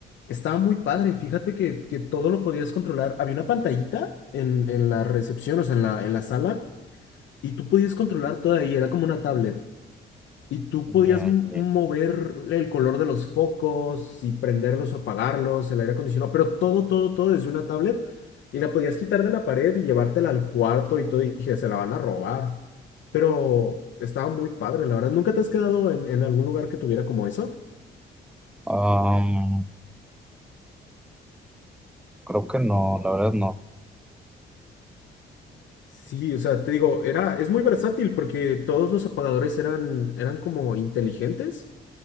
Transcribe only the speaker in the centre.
Ya,
ya, ya.
Am, creo que no, la verdad no.